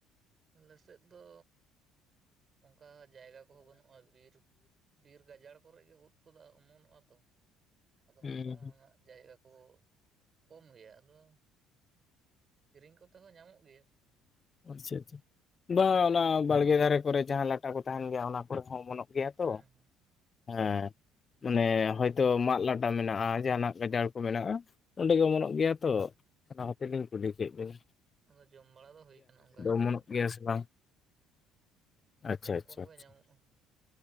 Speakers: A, on the right; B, on the left.
A: ᱟᱞᱮ ᱥᱮᱫ ᱫᱚ, ᱚᱝᱠᱟ ᱡᱟᱭᱜᱟ ᱠᱚᱦᱚᱸ ᱵᱟᱹᱱᱩᱜᱼᱟ ᱵᱤᱨ ᱵᱤᱨ ᱜᱟᱡᱟᱲ ᱠᱚᱨᱮ ᱜᱮ ᱩᱫ ᱠᱚᱫᱚ ᱚᱢᱚᱱᱚᱜᱼᱟ ᱛᱚ ᱟᱫᱚ
B: ᱦᱩᱸ
A: ᱚᱱᱠᱟᱱᱟᱜ ᱡᱟᱭᱜᱟ ᱠᱚᱦᱚᱸ ᱠᱚᱢ ᱜᱮᱭᱟ ᱟᱫᱚ ᱠᱤᱨᱤᱧ ᱠᱚᱛᱮ ᱦᱚᱸ ᱧᱟᱢᱚᱜ ᱜᱮᱭᱟ ᱾
B: ᱟᱪᱷᱟ ᱪᱟ ᱵᱟ ᱚᱱᱟ ᱵᱟᱲᱜᱮ ᱫᱷᱟᱨᱮ ᱠᱚᱨᱮ ᱡᱟᱦᱟᱸ ᱞᱟᱴᱟ ᱠᱚ ᱛᱟᱦᱮᱱ ᱜᱮᱭᱟ ᱚᱱᱟ ᱠᱚᱨᱮ ᱦᱚᱸ ᱚᱢᱚᱱᱚᱜ ᱜᱮᱭᱟ
A: ᱦᱮᱸ
B: ᱛᱚ ᱦᱮᱸ ᱢᱟᱱᱮ ᱦᱚᱭᱛᱚ ᱢᱟᱫ ᱞᱟᱴᱟ ᱢᱮᱱᱟᱜ-ᱟ ᱡᱟᱦᱟᱸᱱᱟᱜ ᱜᱟᱡᱟᱲ ᱠᱚ ᱢᱮᱱᱟᱜ-ᱟ ᱟᱹᱰᱤᱜᱮ ᱚᱢᱚᱱᱚᱜ ᱜᱮᱭᱟ ᱛᱚ ᱚᱱᱟ ᱠᱷᱟ. ᱛᱤᱨ ᱜᱤᱧ ᱠᱩᱞᱤ ᱠᱮᱫ ᱢᱮᱭᱟ
A: ᱟᱫᱚ ᱡᱚᱢ ᱵᱟᱲᱟ ᱫᱚ ᱦᱩᱭ ᱠᱟᱱᱟ ᱚᱱᱠᱟᱜᱮ ᱠᱚᱢ
B: ᱚᱢᱚᱱᱚᱜ
A: ᱠᱚᱢ
B: ᱜᱮᱭᱟ ᱥᱮ ᱵᱟᱝ
A: ᱚᱱᱠᱟ
B: ᱟᱪᱪᱷᱟ
A: ᱠᱚᱢ
B: ᱟᱪᱪᱷᱟ
A: ᱠᱚᱢ ᱜᱮ
B: ᱟᱪᱪᱷᱟ
A: ᱧᱟᱢᱚᱜᱼᱟ